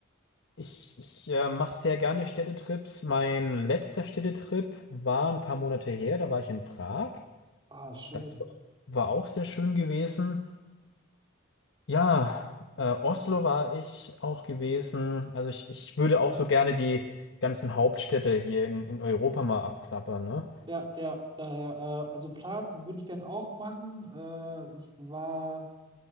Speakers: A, on the left; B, on the right.
A: Ich, ich äh, mache sehr gerne Städtetrips. Mein letzter Städtetrip war ein paar Monate her, da war ich in Prag.
B: Ah, schön.
A: Das war, war auch sehr schön gewesen. Ja, äh, Oslo
B: Ah.
A: war ich auch gewesen. Also ich, ich würde auch so gerne die ganzen Hauptstädte hier in, in Europa mal abklappern, ne?
B: Ja, ja, daher, äh, also Prag würde ich gern auch machen. Äh, ich war